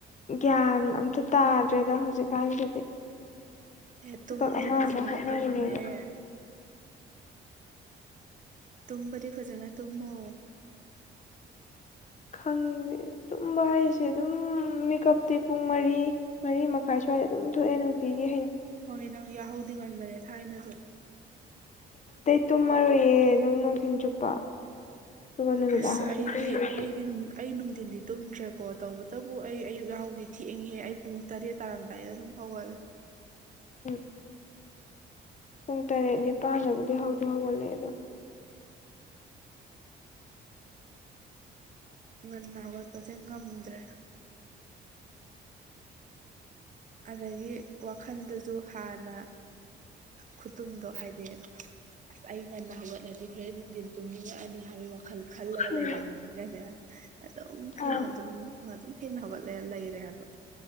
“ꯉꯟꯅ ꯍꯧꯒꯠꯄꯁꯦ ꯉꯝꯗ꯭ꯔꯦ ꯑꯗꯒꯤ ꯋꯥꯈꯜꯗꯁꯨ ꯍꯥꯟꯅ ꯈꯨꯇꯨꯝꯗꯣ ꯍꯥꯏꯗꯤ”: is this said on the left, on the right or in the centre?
Right